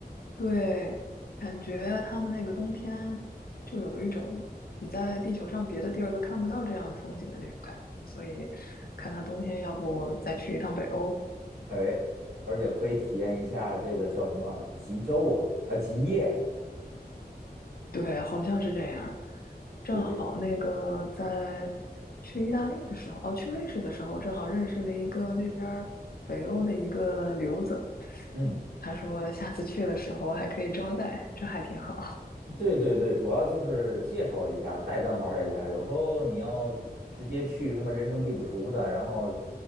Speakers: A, on the left; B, on the right.
A: 对，感觉他们那个冬天就有一种你在地球上别的地儿都看不到这样的风景的那种感觉，所以看看冬天要不再去一趟北欧，
B: 哎，而且可以体验一下这个叫什么极昼啊，啊极夜，
A: 对，好像是这样。正好那个在
B: 就是
A: 去意大利的时候，哦，去瑞士的时候，正好认识了一个那边儿北欧的一个留子。
B: 嗯，
A: 他说下次去的时候还可以招待，这还挺好。
B: 对对对，主要就是介绍一下，带咱玩儿一下。有时候你要直接去什么人生地不熟的，然后